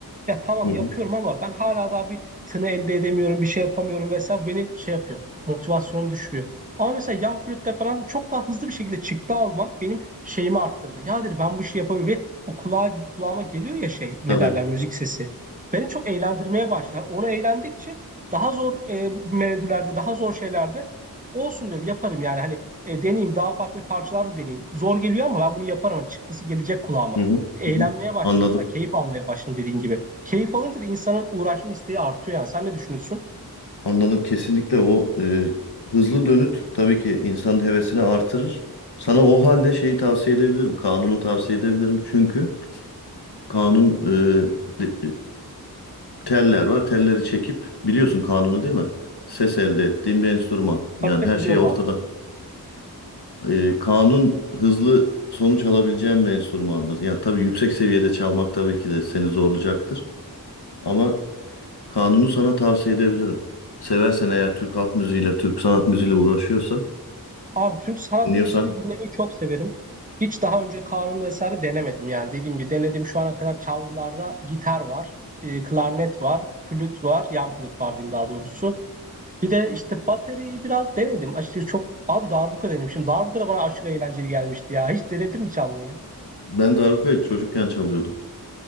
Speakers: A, on the right; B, on the left.
A: Ya tamam
B: hı.
A: yapıyorum ama ben hala daha bir tını elde edemiyorum, bir şey yapamıyorum vesaire. Bu Beni şey yapıyor, motivasyonumu düşürüyor. Ama mesela yan flütte falan çok daha hızlı bir şekilde çıktı almak benim şeyimi arttırdı. Ya dedi ben bu işi yapabilirim. Ve O kulağa, kulağıma geliyor ya şey ne
B: Tabii.
A: derler müzik sesi. Beni çok eğlendirmeye başladı. Onu eğlendikçe daha zor e, melodilerde, daha zor şeylerde olsun diyorum yaparım yani. Hani e, deneyeyim daha farklı parçalar da deneyeyim. Zor geliyor ama ben bunu yaparım. Hani Çıktısı gelecek kulağıma
B: Hı hı.
A: eğlenmeye
B: Hı hı.
A: başladım
B: Anladım.
A: sonra keyif almaya başladım dediğin gibi. Keyif alınca da insanın uğraşma isteği artıyor yani. Sen ne düşünüyorsun?
B: Anladım kesinlikle o e, hızlı dönüt tabii ki insanın hevesini artırır. Sana o halde şeyi tavsiye edebilirim. Kanunu tavsiye edebilirim. Çünkü kanun e, de- e, teller var. Telleri çekip biliyorsun kanunu değil mi? Ses elde ettiğin bir enstrüman. Yani
A: Tabii tabii
B: her
A: biliyorum
B: şey ortada.
A: abi.
B: E, kanun hızlı sonuç alabileceğin bir enstrümandır. Yani tabii yüksek seviyede çalmak tabii ki de seni zorlayacaktır. Ama kanunu sana tavsiye edebilirim. Seversen eğer Türk halk müziğiyle, Türk sanat müziğiyle uğraşıyorsan
A: Abi Türk sanat
B: Dinliyorsan.
A: müziğini dinlemeyi çok severim. Hiç daha önce kanun vesaire denemedim yani. Dediğim gibi denedim şu ana kadar çalgılarda gitar var, e, klarnet var, flüt var, yan flüt var diyeyim daha doğrusu. Bir de işte bateriyi biraz denedim. Açıkçası çok abi darbuka denemişim. Darbuka da bana aşırı eğlenceli gelmişti ya. Hiç denedin mi çalmayı?
B: Ben darbukayı çocukken çalıyordum.